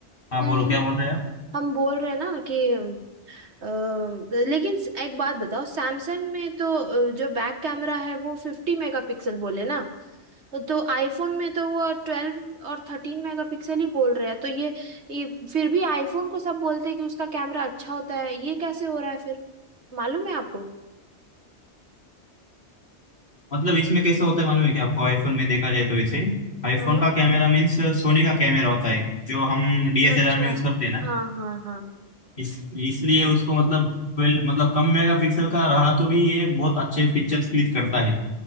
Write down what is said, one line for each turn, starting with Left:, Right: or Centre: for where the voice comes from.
Left: हाँ
Right: हम्म
Left: बोलो
Right: हम्म,
Left: क्या बोल रहे हैं आप
Right: हम बोल रहे हैं ना कि अ, लेकिन स- एक बात बताओ सैमसंग में तो अ, जो बैक कैमरा है वो फिफ्टी मेगापिक्सल बोले ना तो आईफोन में तो वो ट्वेल्व और थर्टीन मेगापिक्सल ही बोल रहे हैं तो ये, ये फिर भी आईफोन को सब बोलते हैं कि उसका कैमरा अच्छा होता है ये कैसे हो रहा है फिर मालूम है आपको
Left: मतलब इसमें कैसे होता है मालूम है कि आपको आईफोन में देखा जाए तो वैसे आईफोन
Right: हाँ
Left: का कैमरा मीन्स सोनी का कैमरा होता है जो हम डीएसएलआर
Right: अच्छा
Left: में यूज करते हैं ना
Right: हाँ हाँ हाँ
Left: इस इसलिए उसको मतलब ट्वेल्व मतलब कम मेगापिक्सल का रहा तो भी ये बहुत अच्छे पिक्चर्स क्लिक करता है